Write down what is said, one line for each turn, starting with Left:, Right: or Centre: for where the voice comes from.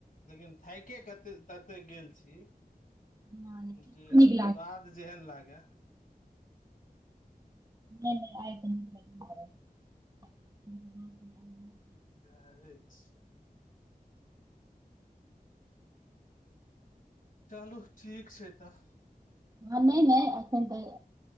Left: लेकिन थइके केते तते गेल छी
Right: हँ, लेकिन
Left: जे
Right: नीक
Left: अब स्वाद जेहन लागै
Right: नै नै आइ त नइ भेल <unintelligible>
Left: सहे आइच चलू ठीक छै तऽ
Right: हँ नइ नइ अखन तऽ